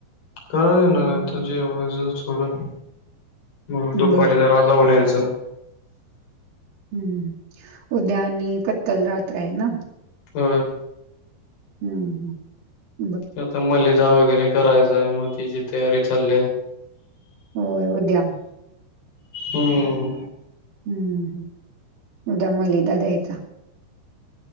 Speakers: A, on the left; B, on the right.
A: काय नाही आता जेवढयज थोडं हो दुपारी
B: बरं.
A: जरा जाऊ न्यायचं
B: हम्म उद्यानी पत्तल रातय ना
A: हा
B: हम्म हम्
A: आता मलेिदा वगैरे करायचाय मग तिची तयारी चालली आहे
B: हो उद्या
A: हम्म
B: हम्म ह् उद्या मलिदा द्यायचा